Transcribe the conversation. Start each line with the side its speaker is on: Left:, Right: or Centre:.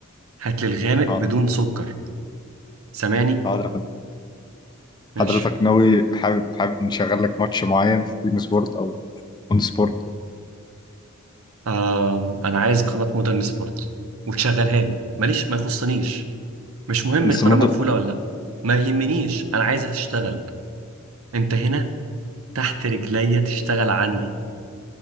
Right: هات لي الغامق
Left: حاضر
Right: بدون سكر سامعني
Left: حاضر يا فندم
Right: ماشي
Left: حضرتك ناوي حابب حابب نشغل لك ماتش معين في بين سبورت او اون سبورت
Right: آه انا عايز قناة مودرن سبورت وتشغلها لي ماليش ما يخصنيش مش مهم
Left: بس
Right: القناة
Left: مود
Right: مقفولة ولا لا ما يهمنيش انا عايزها تشتغل انت هنا تحت رجليا تشتغل عندي